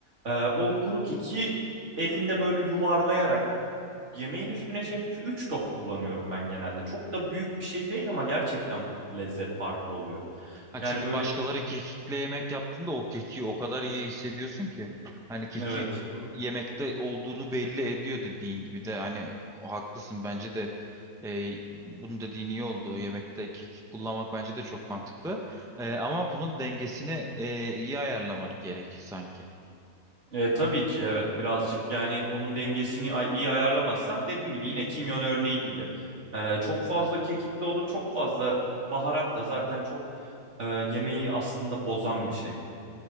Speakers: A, on the right; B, in the centre.
A: Ee, o kuru kekiği elinde böyle yuvarlayarak yemeğin üstüne şey yapıyorsun. üç top kullanıyorum ben genelde. Çok da büyük bir şey değil ama gerçekten lezzet farkı oluyor.
B: Ha
A: Yani
B: çünkü
A: böyle
B: başkaları kekikle yemek yaptığında o kekiği o kadar iyi hissediyorsun ki hani kekik
A: evet
B: yemekte olduğunu belli ediyor dediğin gibi de hani haklısın bence de e, bunun dediğin iyi oldu. Yemekte kekik kullanmak bence de çok mantıklı. E, ama bunun dengesini e, iyi ayarlamak gerek sanki.
A: E, tabii ki evet birazcık yani onun dengesini ay- iyi ayarlamazsan dediğim gibi yine kimyon örneği gibi E, çok fazla kekikli olur çok fazla baharat da zaten çok e, yemeği aslında bozan bir şey.